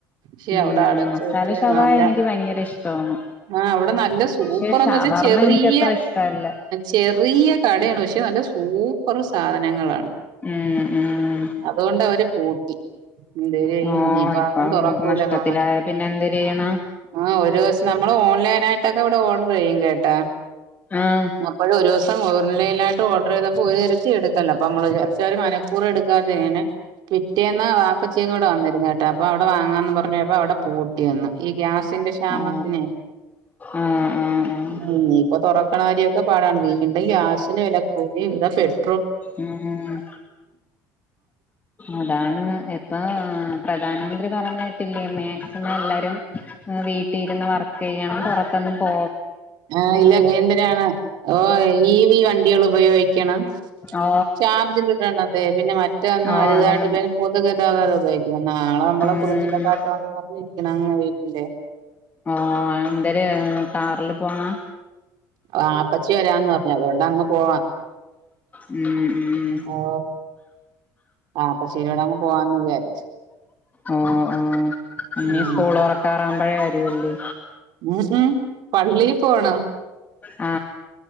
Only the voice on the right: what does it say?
ശേ
അവിടെ അടച്ച്
വെച്ചേ
നല്ല
ആ അവിടെ നല്ല സൂപ്പർന്ന്
വെച്ചാ ചെറിയ
ചെറിയ കടയാണ് പക്ഷേ നല്ല സൂപ്പർ സ സാധനങ്ങളാണ്
അതുകൊണ്ട് അവര് പൂട്ടി എന്തര്
യ്യാൻ ഇനിപ്പ
അതും തൊറക്കൂലാതോന്നണ്
ആഹ് ഒരു ദിവസം നമ്മള് ഓ ഓലൈനാട്ടൊക്ക ഇവിട ഓർഡർ ചെയ്യും കേട്ട
അപ്പഴ് ഒരു ദിവസം ഓൺലൈായിട്ട് ഓർഡർ ചെയ്തപ്പോൾ ഒര്തരത്തിൽ എടുക്കല്ല അപ്പൊ നമ്മൾ വിചാരിച്ച് അവര് മനപ്പൂർവം എടുക്കാതെ അങ്ങനെ പി പിറ്റേന്ന് വാപ്പിച്ചിക്ക ഇവിടെ വന്നിരുന്നു കേട്ട അപ്പൊ അവിടുന്ന് വാങ്ങാന്ന് പറഞ്ഞ്പ്പോയപ്പോ അവിടെ പൂട്ടിയന്ന് ഗ്യാസിന്റെ ക്ഷാമത്തിനെ
ഉ ഇപ്പൊ തുറക്കണ കാര്യൊക്കെ പാടാണ് വീണ്ടും ഗ്യാസിന് വെല കൂടി ഇതാ പെട്ട്
ആ ഇല്ല എന്തിനാണ് ഓ വി വണ്ടികൾ ഉപയോഗിക്കണം
ശാബ്ജ കിട്ടണംതെ പിന്നെ മറ്റൊന്നും
വലുതായിട്ട്
പൊതുഗതാഗതം ഉപയോഗിക്കുന്ന നാളെ നമ്മളെ
പുറഞ്ചില്ലക്കാട്ട് വന്നന്ന് പറഞ്ഞിരിക്ക അ വീട്ടില്
ആപ്പച്ചി വരാന്ന് പറഞ്ഞു അതുകൊണ്ടങ്ങ് പോവാം
ഓ ആ അപ്പൊ ശെരിടങ്ങ് പോവാന്ന് വിചാരിച്ച്
ഉം
ഊ ഹു പള്ളീ പോണം